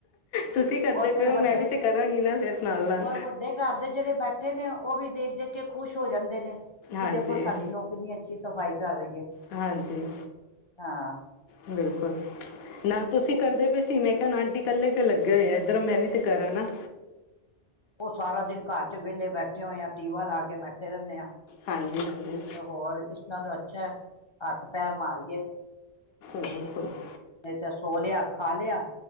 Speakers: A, on the left; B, on the left.
A: ਤੁਸੀਂ ਕਰਦੇ
B: ਔਰ ਫਿਰ
A: ਪਏਓ
B: ਵੱਡੇ
A: ਮੈਂ ਵੀ ਤੇ ਕਰਾਂਗੀ ਨਾ ਫਿਰ ਨਾਲ- ਨਾਲ।
B: ਔਰ ਵੱਡੇ ਘਰ ਦੇ ਜਿਹੜੇ ਬੈਠੇ ਨੇ, ਉਹ ਵੀ ਦੇਖ- ਦੇਖ ਕੇ ਖੁਸ਼ ਹੋ ਜਾਂਦੇ ਨੇ,
A: ਹਾਂਜੀ
B: ਕਿ ਦੇਖੋ ਸਾਡੀ ਨੂੰ ਕਿੰਨੀ ਅੱਛੀ ਸਫ਼ਾਈ ਕਰ ਰਹੀ ਹੈ
A: ਹਾਂਜੀ,
B: ਹਾਂ
A: ਬਿਲਕੁਲ ਨਾਲ ਤੁਸੀਂ ਕਰਦੇ ਪਏ ਸੀ ਮੈਂ ਕਿਹਾ ਆਂਟੀ ਇਕੱਲੇ ਕਿਉੰ ਲੱਗੇ ਹੋਏ ਆ ਇਧਰ ਮੈਂ ਵੀ ਤੇ ਕਰਾਂ ਨਾ
B: ਉਹ ਸਾਰਾ ਦਿਨ ਘਰ ਚ ਵਿਹਲੇ ਬੈਠੇ ਹੋਏ ਆ, ਟੀਵਾ ਲਾ ਕੇ ਬੈਠੇ ਰਹਿੰਦੇ ਆਂ
A: ਹਾਂਜੀ- ਹਾਂਜੀ
B: ਹੋਰ ਇਸ ਨਾਲ ਅੱਛਾ, ਹੱਥ ਪੈਰ ਮਾਰੀਏ
A: ਬ ਕੋਈ <unintelligible>
B: ਨਹੀਂ ਤਾਂ ਸੋ ਲਿਆ, ਖਾ ਲਿਆ,